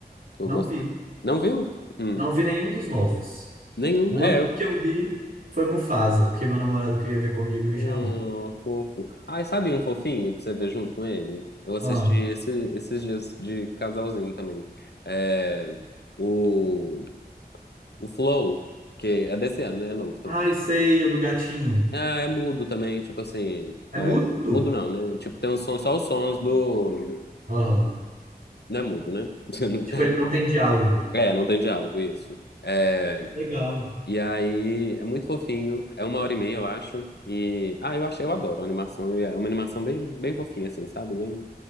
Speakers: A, on the left; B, on the right.
A: que eu
B: Não
A: gostei.
B: vi.
A: Não viu? Hum.
B: Não vi nenhum dos novos.
A: Nenhum.
B: O
A: É,
B: único
A: eu
B: que eu vi foi Mufasa, porque meu namorado queria ver comigo e me
A: Hum,
B: chamou.
A: fofo. Ai, sabe um fofinho pra você ver junto com ele? Eu assisti
B: Ah,
A: esse- esses dias de casalzinho também. É, o, o Flow, que é desse ano, né? É novo também.
B: ai, sei, o do gatinho.
A: Ah, é mudo também, tipo assim. é,
B: É mudo?
A: mudo não, né? Tipo, tem um som, só os sons do.
B: Aham.
A: Não é mudo, né? <laughs>
B: Tipo, ele não tem diálogo.
A: É, não tem diálogo, isso. É,
B: Legal.
A: E aí é muito fofinho, é uma hora e meia, eu acho. E ah, eu acho, eu adoro a animação. É uma animação bem, bem fofinha, assim, sabe? Bem,